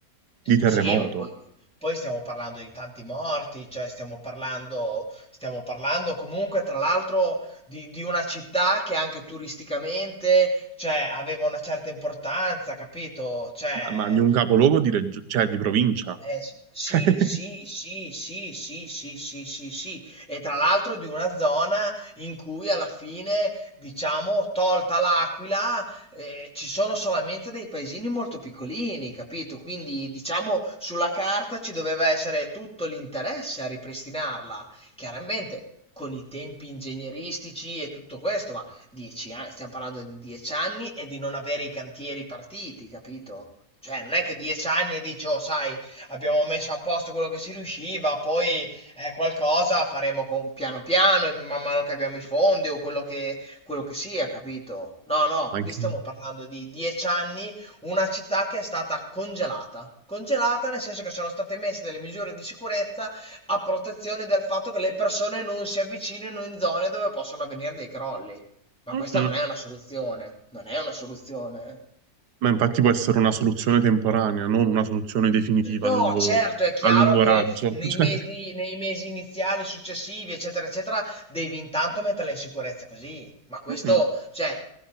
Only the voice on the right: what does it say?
di terremoto,
ma ma di un capoluogo di, regio- cioè, di provincia.
<laughs>
Ma
che...
Mm-mm.
Ma infatti può essere una soluzione temporanea, non una soluzione definitiva
a lungo,
a lungo
raggio.
<laughs> Cioè,
mm,